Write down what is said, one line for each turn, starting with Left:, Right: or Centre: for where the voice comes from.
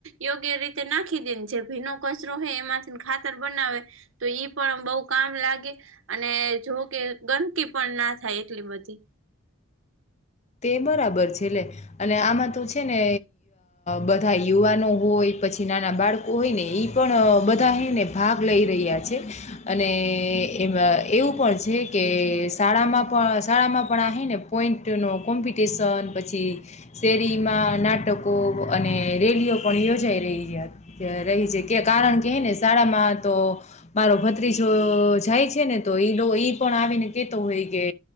Right: યોગ્ય રીતે નાખી દેને જે ભીનો કચરો હો એમાંથી ખાતર બનાવે તો ઈ પણ બઉ કામ લાગે. અને જો કે ગંદકી પણ ના થાય એટલી બધી.
Left: તે બરાબર છે લલે. અને આમાં તો છે ને, બધા યુવાનો હોય પછી નાના બાળકો હોય ને, એ પણ બધા એહીંને ભાગ લઈ રહ્યા છે. અને એમાં એવું પણ છે કે શાળામાં પણ શાળામાં પણ આવીને પોઈન્ટનો કોમ્પિટિશન પછી શેરીમાં નાટકો અને રેલીઓ પણ યોજાઈ રહી. રહી છે. કે કારણ કે, હે ને શાળામાં તો મારો ભત્રીજો જાય છે ને તો એ ઈ પણ આવીને કેતો હોય કે